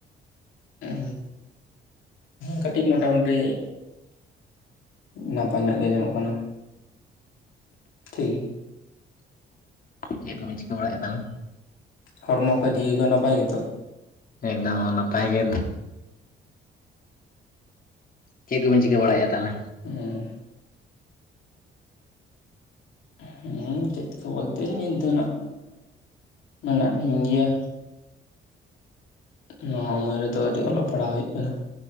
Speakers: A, on the left; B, on the left.
A: ᱩᱻ ᱠᱟᱹᱴᱤᱡ ᱢᱚᱴᱟᱢᱩᱴᱤ ᱱᱟᱯᱟᱭ ᱧᱚᱜ ᱜᱮ ᱧᱟᱢᱚᱜ ᱠᱟᱱᱟ ᱴᱷᱤᱠ
B: ᱪᱮᱫ ᱠᱚ ᱵᱤᱱ ᱪᱤᱠᱟᱹ ᱵᱟᱲᱟᱭᱮᱫ ᱛᱟᱦᱚᱞᱮ
A: ᱦᱚᱲᱢᱚ ᱠᱚ ᱡᱤᱣᱤ ᱠᱚ ᱱᱟᱯᱟᱭ ᱜᱮᱛᱚ
B: <unintelligible> ᱮᱠᱫᱚᱢ ᱦᱚᱸ ᱱᱟᱯᱟᱭ ᱜᱮ ᱪᱮᱫ ᱠᱚᱵᱮᱱ ᱪᱤᱠᱟᱹ ᱵᱟᱲᱟᱭᱮᱫ-ᱟ ᱛᱟᱦᱚᱞᱮ
A: <inaudible> ᱩᱦᱸ ᱦᱮᱸ ᱪᱮᱫ ᱠᱚ ᱵᱚᱞᱛᱮᱧ ᱱᱤᱛ ᱫᱚ ᱱᱟᱜ ᱢᱮᱱᱟᱜ ᱞᱤᱧ ᱜᱮᱭᱟ ᱱᱚᱣᱟ ᱩᱢᱟᱹᱨ ᱨᱮᱫᱚ ᱠᱟᱹᱴᱤᱡ ᱚᱞᱚᱜ ᱯᱟᱲᱦᱟᱣ ᱦᱩᱭᱩᱜ ᱠᱟᱱᱟ